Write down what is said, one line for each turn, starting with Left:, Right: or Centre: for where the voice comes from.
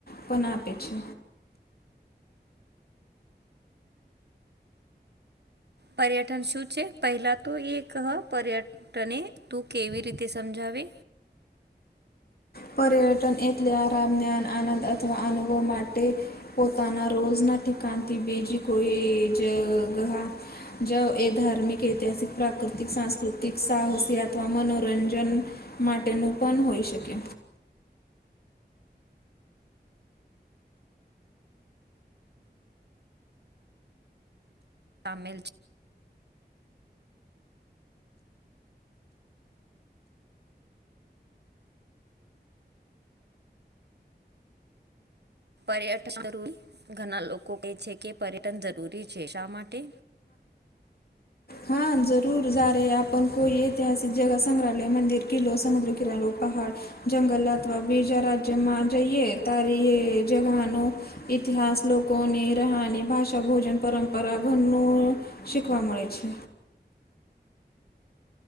Left: પન આપે છે.
Right: પર્યટન શું છે, પહેલા તો એક હ પર્યટ તને તું કેવી રીતે સમજાવે
Left: પર્યટન એટલે આરામ જ્ઞાન આનંદ અથવા અનુભવ માટે પોતાના રોજના ઠિકાણથી બીજી કોઈ જગાહ જ એ ધાર્મિક, ઐતિહાસિક, પ્રાકૃતિક, સાંસ્કૃતિક, સાહસી અથવા મનોરંજન માટેનું પન હોઈ શકે.
Right: તામેલ છે. પર્યટન જરૂરી ઘણા લોકો કહે છે કે પર્યટન જરૂરી છે શા માટે?
Left: હા જરૂર જયારે આપણ કોઈ ઐતિહાસિક જગા સંગ્રહાલય મંદિર કિલો સમુદ્ર કિલ્લો પહાડ જંગલ અથવા બીજા રાજ્યમાં જઈએ તારી જગાહનું ઇતિહાસ લોકોની રહા ની ભાષા ભોજન પરંપરા ઘર નું શીખવા મળે છે